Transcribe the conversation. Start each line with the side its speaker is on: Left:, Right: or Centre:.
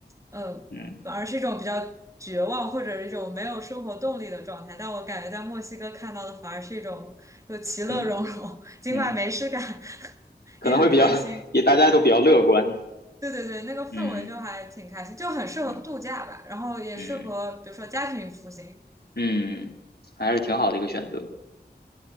Right: 呃，
Left: 嗯
Right: 反而是一种比较绝望或者是一种没有生活动力的状态。但我感觉在墨西哥看到的反而是一种就其乐融融，
Left: 嗯
Right: <laughs> 尽管没事干，
Left: 嗯，
Right: <laughs>
Left: 可能会比较
Right: 也很开心。
Left: <laughs>，也大家都比较乐观，
Right: 对对对，那个氛围就还挺开心，
Left: 嗯
Right: 就很适合度假吧，
Left: 嗯。
Right: 然后也适合比如说家庭旅行。
Left: 嗯嗯，还是挺好的一个选择。